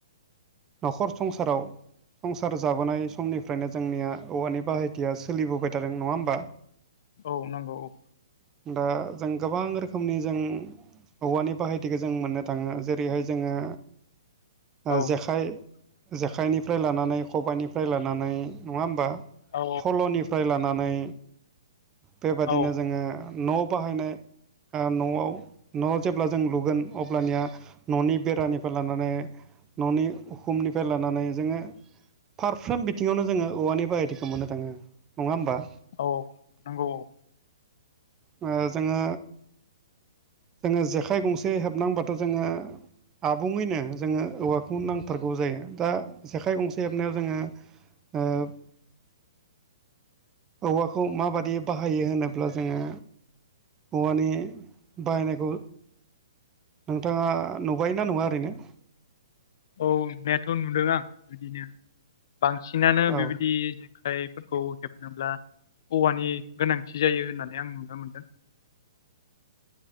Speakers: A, on the right; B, on the left.
A: न'खर संसाराव संसार जाबोनाय समनिफ्रायनो जोंनिया औवानि बाहायथिया सोलिबोबाय थादों नङा होमबा?
B: औ नंगौ अ
A: दा जों गोबां रोखोमनि जों औवानि बाहायथिखौ जों मोननो थाङो जेरैहाय जोङो ओ
B: औ
A: जेखाइ जेखाइनिफ्राय लानानै खबाइनिफ्राय लानानै नङा होमबा?
B: औ
A: फल'निफ्राय लानानै बेबादिनो
B: औ
A: जोङो ओम न' बाहायनाय ओ न'आव न' जेब्ला जों लुगोन अब्लानिया न'नि बेरानिफाय लानानै न'नि उखुमनिफाय लानानै जोङो फारफ्रोम बिथिङावनो जोङो औवानि बाहायथिखौ मोननो थाङो नङा होमबा?
B: औ नंगौ अ
A: ओ जोङो जोङो जेखाइ गंसे हेबनांबाथ' जोङो आबुङैनो जोङो औवाखौ नांथारगौ जायो दा जेखाइ गंसे हेबनायाव जोङो ओब औवाखौ माबादि बाहायो होनोब्ला जोङो औवानि बाहायनायखौ नोंथाङा नुबाय ना नुवा ओरैनो
B: औ नुनायाथ' नुदों आं बिदिनो बांसिनानो
A: औ
B: बेबायदि जो खाइफोरखौ हेबनोब्ला औवानि गोनांथि जायो होननानै आं नुनो मोन्दों।